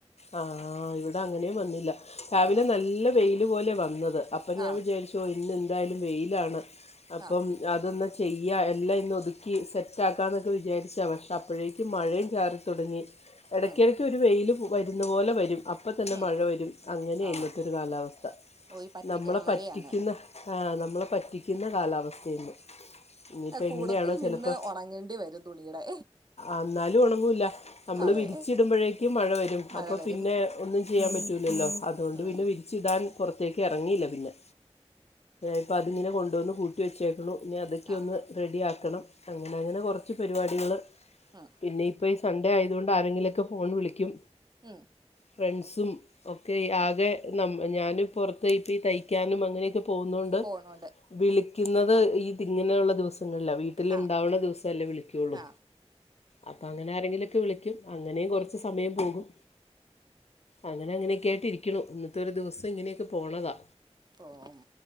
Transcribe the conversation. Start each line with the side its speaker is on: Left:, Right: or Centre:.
Left: ആഹ് ഇവിടെ അങ്ങനെയും വന്നില്ല. രാവിലെ
Right: ആഹ്
Left: നല്ല വെയില് പോലെ വന്നത് അപ്പം ഞാൻ
Right: ആഹ്
Left: വിചാരിച്ചു. ഇന്ന്എന്തായാലും വെയിലാണ് അപ്പം
Right: ആഹ്
Left: അതൊന്ന് ചെയ്യ. എല്ലാ ഇന്ന് ഒതുക്കി സെറ്റാക്കാ ഇന്നൊക്കെ വിചാരിച്ചാണ്. പക്ഷേ അപ്പഴേക്കും മഴയും ചാറി തുടങ്ങി. എടക്ക്
Right: ഉം
Left: എടക്ക് ഒരു വെയില് വരുന്നെ പോലെ വരും അപ് ഇപ്പ തന്നെ
Right: ഉം
Left: മഴ വെരും. അങ്ങനെ
Right: ആഹ്
Left: ഇന്നത്തെ ഒരു കാലാവസ്ഥ
Right: ഒരു പറ്റിക്കണ
Left: നമ്മളെ
Right: മഴയാണ്
Left: പറ്റിക്കുന്ന ആഹ് നമ്മളെ പറ്റിക്കുന്ന കാലാവസ്ഥെ ഇന്ന് ഇനിയിപ്പ
Right: കൂടത്തിൽ
Left: എങ്ങനെയാണ്. ചെലപ്പോ
Right: നിന്ന് ഉണങ്ങേണ്ടി വരും തുണിയുടെ
Left: ഇന്നാലും ഒണങ്ങൂല്ല നമ്മള്
Right: അതെ
Left: വിരിച്ചിടുമ്പഴേക്കും മഴ വെരും.
Right: മഴ
Left: അപ്പൊ
Right: വരും
Left: പിന്നെ ഒന്നും ചെയ്യാൻ പറ്റൂലല്ലോ അതുകൊണ്ട്
Right: ഉം
Left: പിന്നെ. <unintelligible> തിരിച്ച്ടാൻ പൊറത്തേക്ക് എറങ്ങിയില്ല.. പിന്നെ ഇപ്പെ അതിങ്ങനെ കൊണ്ടോന്ന് കൂട്ടി വെച്ചേക്ക്ണു. ഇഞ്ഞ് അതെക്കെ
Right: ആഹ്
Left: ഒന്ന് റെഡി ആക്കണം. അങ്ങനെ അങ്ങനെ കൊറച്ച് പരിപാടികള്.
Right: ആഹ്
Left: പിന്നെ ഇപ്പെഴ് ഈ സൺഡേ ആയത് കൊണ്ട് ആരെങ്കിലൊക്കെ ഫോൺ വിളിക്ക്യും.
Right: ഉം
Left: ഫ്രണ്ട്സും ഒക്കെ ആകെ ഞാനും പുറത്ത് ഇപ്പ തയ്ക്കാനും അങ്ങനെയൊക്കെ പോകുന്നത്കൊണ്ട്
Right: പോണുണ്ട്
Left: വിളിക്കുന്നത് തി ഇങ്ങനെയുള്ള ദിവസങ്ങളില വീ ട്ടിൽ
Right: ആ
Left: ഉണ്ടാവുള്ള ദിവസമല്ലേ വിളിക്കയുള്ളൂ
Right: ആ
Left: അപ്പോൾ അങ്ങനെ ആരെങ്കിലുമൊക്കെ വിളിക്ക <unintelligible> അങ്ങനെയും കുറച്ച്
Right: ഉം
Left: സമയം പോകും. അങ്ങനെ അങ്ങനെയൊക്കെ ആയിട്ട് ഇരിക്കണു ഇന്നത്തെ ഒരു ദിവസം ഇങ്ങനെയൊക്കെ പോണതാ
Right: പോവും